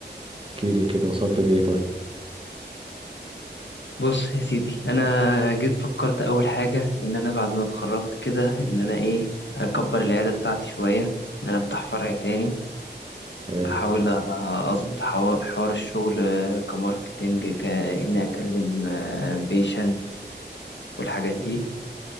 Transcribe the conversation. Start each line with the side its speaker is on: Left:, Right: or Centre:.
Right: احكي لي كده وصلت لايه طيب
Left: بص يا سيدي أنا جيت فكرت أول حاجة إن أنا بعد ما اتخرجت كده إن أنا إيه أكبر العيادة بتاعتي شوية إن أنا أفتح فرع تاني
Right: حلو
Left: احاول اظبط حوا- حوار الشغل آه، كماركتينج كاني اكلم بيشنت والحاجات دي